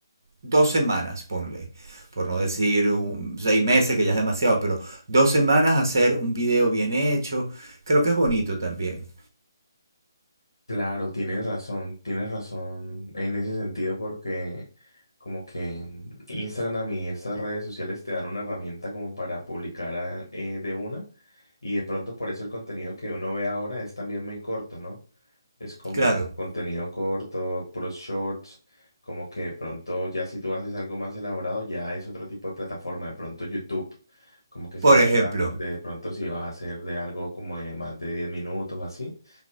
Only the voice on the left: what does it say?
Claro, tienes razón, tienes razón en ese sentido porque como que Instagram y estas redes sociales te dan una herramienta como para publicar a- eh, de una y de pronto por eso el contenido que uno ve ahora es también muy corto, ¿no? Es como
contenido corto, puros shorts, como que de pronto ya si tú haces algo más elaborado ya es otro tipo de plataforma, de pronto YouTube, como que
si vas
a hacer algo, de pronto si vas a hacer de algo como de más de 10 minutos o así,